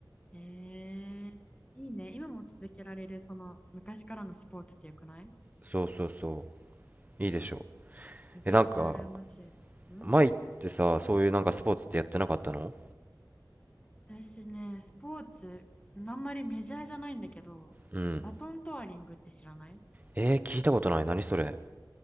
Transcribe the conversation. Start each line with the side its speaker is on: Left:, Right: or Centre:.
Left: えー、いいね。今も続けられる、その昔からのスポーツってよくない
Right: そうそうそう。いいでしょう。
Left: めちゃくちゃ羨まし
Right: え、なんか、
Left: い。ん
Right: 前ってさ、そういうなんかスポーツってやってなかったの
Left: 私ね、スポーツ、あんまりメジャーじゃないんだけど、
Right: うん。
Left: バトントワリングって知らない
Right: えー、聞いたことない。何それ。